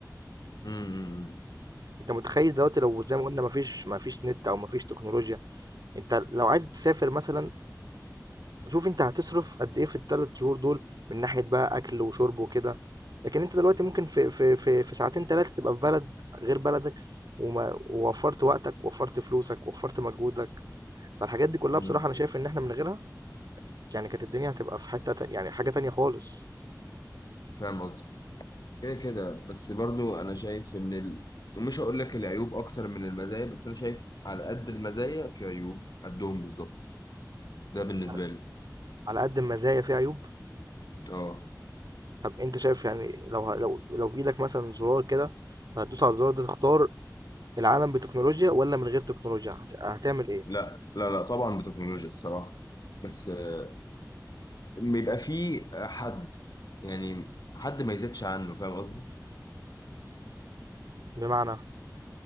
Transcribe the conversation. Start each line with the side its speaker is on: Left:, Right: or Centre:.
Left: امم
Right: أنت متخيّل دلوقتي لو زي ما قُلنا ما فيش ما فيش نت أو ما فيش تكنولوجيا، أنت لو عايز تسافر مثلًا شوف أنت هتصرف قد إيه في ال3 شهور دول، من ناحية بقى أكل وشرب وكده، لكن أنت دلوقتي ممكن في في في في ساعتين 3 تبقى في بلد غير بلدك، وما ووفّرت وقتك، ووفّرت فلوسك، ووفّرت مجهودك، فالحاجات دي كلّها
Left: امم
Right: بصراحة أنا شايف إن إحنا من غيرها يعني كانت الدنيا هتبقى في حتّة تا يعني حاجة تانية خالص،
Left: فاهم قصدي كده كده بس برضو انا شايف ان ال... مش هقول لك العيوب اكتر من المزايا بس انا شايف على قد المزايا في عيوب قدهم بالظبط ده بالنسبه
Right: على
Left: لي
Right: على قد المزايا في عيوب،
Left: اه
Right: طَب أنت شايف يعني لو ه لو لو في إيدك مثلًا زرار كده هتدوس على الزرار ده تختار العالم بتكنولوجيا والّا من غير تكنولوجيا، هت هتعمل إيه؟
Left: لا لا لا طبعا بتكنولوجيا الصراحه بس آه، بيبقى في حد يعني حد ما يزيدش عنه فاهم قصدي
Right: بمعنى؟